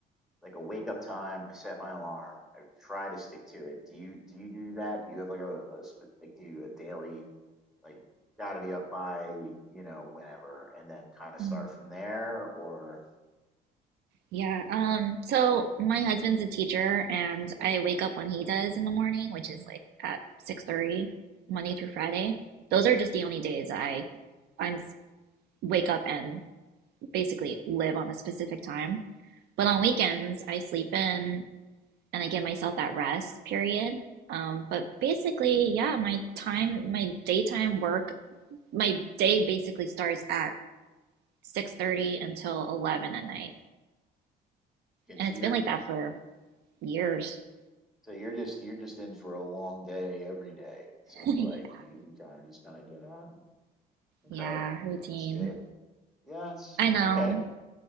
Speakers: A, in the centre; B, on the right.
A: like a wake up time. I set my alarm. I try to stick to it. Do you do you do that? Do you have like a, a sp- like do you a daily like got to be up by, you know, whenever and then kind of start
B: Mm,
A: from there or
B: Yeah, um, so my husband's a teacher and I wake up when he does in the morning, which is like at 6:30 Monday through Friday. Those are just the only days I I'm wake up and basically live on a specific time. But on weekends, I sleep in and I give myself that rest period. Um, but basically, yeah, my time, my daytime work, my day basically starts at 6:30 until 11 at night.
A: because
B: And
A: you're
B: it's been like that for years. <laughs>
A: so you're just you're just in for a long day every day. Seems
B: Yeah.
A: like you, you kind of just kind of get on. Okay.
B: Yeah, routine.
A: That's good. Yeah, it's
B: I know.
A: okay.